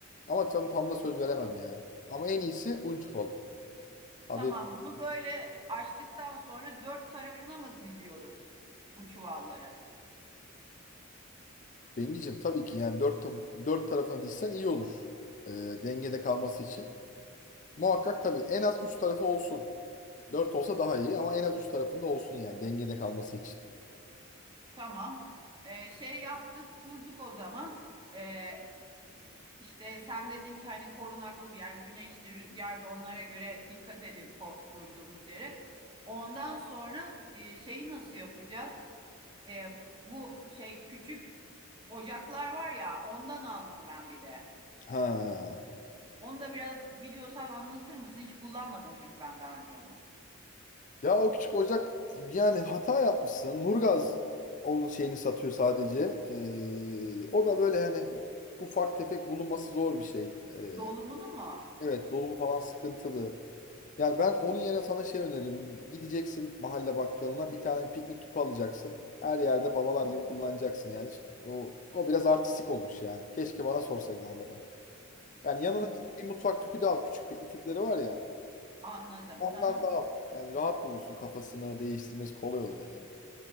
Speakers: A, on the left; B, on the right.
A: Ama tam, tam da söz veremem yani. Ama en iyisi un çufalı. Abi
B: Tamam bunu böyle açtıktan sonra dört tarafına mı diziyoruz bu çuvalları?
A: Bengicim tabii ki yani dört, ta- dört tarafına dişsen iyi olur. E, dengede kalması için. Muhakkak tabii en az 3 tarafı olsun. 4 olsa daha iyi ama en az 3 tarafında olsun yani dengede kalması için.
B: Tamam. Ee, şey yaptık kurduk o zaman. Ee, işte sen dedin ki hani korunaklı bir yer, güneşli, rüzgarda onlara göre dikkat edin kurduğunuz yere. Ondan sonra e, şeyi nasıl yapacağız? E, bu şey küçük ocaklar var ya ondan aldım ben bir de.
A: Ha.
B: Onu da biraz biliyorsan anlatır mısın? Hiç kullanmadım çünkü ben daha önce onu.
A: Ya o küçük ocak yani hata yapmışsın. Nurgaz onun şeyini satıyor sadece. Ee, o da böyle hani ufak tefek bulunması zor bir şey. Ee,
B: Dolumunu mu?
A: evet dolumu falan sıkıntılı. Yani ben onun yerine sana şey öneririm. Gideceksin mahalle bakkalına bir tane piknik tüpü alacaksın. Her yerde babalar gibi kullanacaksın yani. Hiç- O, o biraz artistik olmuş yani. Keşke bana sorsaydın almadan. Yani yanına
B: Hmm,
A: git bir mutfak tüpü de al. Küçük piknik tüpleri var ya.
B: anladım.
A: Ondan
B: <laughs>
A: da al. Yani rahat bulursun kafasını değiştirmesi kolay olur yani.